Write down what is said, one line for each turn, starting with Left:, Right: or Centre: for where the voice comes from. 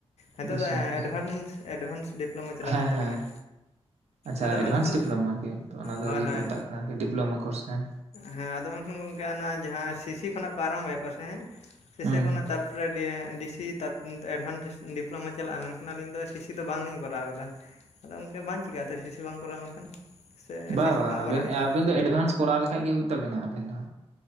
Left: ᱦᱤᱺᱛᱳᱜ
Right: ᱵᱮᱥ
Left: ᱫᱚ ᱮᱰᱵᱷᱟᱱᱥ
Right: ᱱᱟᱯᱟᱭ ᱜᱮ
Left: ᱮᱰᱵᱷᱟᱱᱥ ᱰᱤᱯᱞᱳᱢᱟ ᱪᱟᱞᱟᱜ
Right: ᱦᱮᱸ
Left: ᱠᱟᱱ ᱛᱟᱹᱞᱤᱧᱟ᱾
Right: ᱦᱮᱸ ᱟᱪᱪᱷᱟ
Left: ᱟᱫᱚ ᱢᱮᱱᱠᱷᱟᱱ
Right: ᱮᱰᱵᱷᱟᱱᱥ ᱰᱤᱯᱞᱳᱢᱟ ᱟᱨᱠᱤ? ᱛᱚ, ᱚᱱᱟ ᱫᱚ
Left: ᱦᱳᱭ
Right: ᱤᱭᱟᱹ
Left: ᱦᱳᱭ
Right: ᱠᱚ ᱢᱮᱛᱟᱜ ᱠᱟᱱᱟ ᱟᱨᱠᱤ ᱰᱤᱯᱞᱳᱢᱟ ᱠᱳᱨᱥ ᱦᱮᱸ᱾
Left: ᱦᱮᱸ ᱟᱫᱚ ᱢᱮᱱᱠᱷᱟᱱ ᱜᱚᱝᱠᱮ ᱚᱱᱟ ᱡᱟᱦᱟᱸ ᱥᱤᱥᱤ ᱠᱷᱚᱱᱟᱜ ᱠᱚ ᱟᱨᱟᱢᱵᱟᱭ ᱠᱚᱣᱟ ᱥᱮ ᱦᱮᱸ ᱥᱤᱥᱤ
Right: ᱦᱮᱸ
Left: ᱠᱷᱚᱱᱟᱜ
Right: ᱦᱮᱸ
Left: ᱛᱟᱨ <unintelligible> ᱥᱤ ᱛᱟᱨᱯᱚᱨ ᱮᱰᱵᱷᱟᱱᱥ ᱰᱤᱯᱞᱳᱢᱟ ᱪᱟᱞᱟᱜ-ᱟ ᱢᱮᱱᱠᱷᱟᱱ ᱟᱹᱞᱤᱧ ᱫᱚ ᱥᱤᱥᱤ ᱫᱚ ᱵᱟᱝᱞᱤᱧ ᱠᱚᱨᱟᱣ ᱠᱟᱫᱟ᱾ ᱟᱫᱚ ᱜᱚᱝᱠᱮ ᱵᱟᱝ ᱪᱤᱠᱟᱹᱜ-ᱟ ᱛᱚ ᱥᱤᱥᱤ ᱵᱟᱝ ᱠᱚᱨᱟᱣ ᱞᱮᱱᱠᱷᱟᱱ? ᱥᱮ
Right: ᱵᱟ
Left: ᱥᱤᱥᱤ
Right: ᱵᱟ,
Left: ᱠᱚᱦᱚᱸ
Right: ᱟᱵᱮᱱ
Left: ᱠᱚᱨᱟᱣ ᱦᱩᱭᱩᱜᱼᱟ
Right: ᱟᱹᱵᱤᱱ ᱫᱚ ᱮᱰᱵᱷᱟᱱᱥ ᱠᱚᱨᱟᱣ ᱞᱮᱠᱷᱟᱡ ᱜᱮ ᱦᱩᱭᱩᱜ ᱛᱟᱵᱤᱱᱟ ᱟᱵᱮᱱ ᱫᱚ᱾